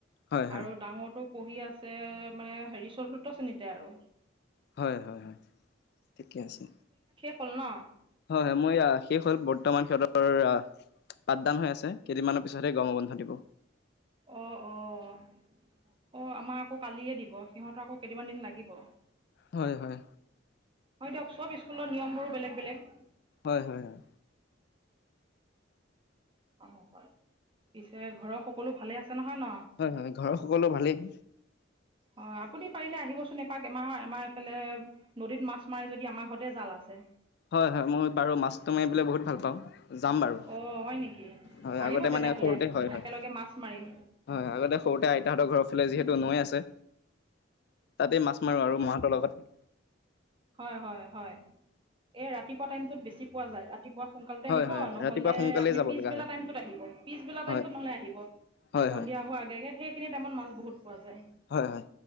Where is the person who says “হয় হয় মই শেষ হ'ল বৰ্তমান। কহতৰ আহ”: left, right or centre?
Left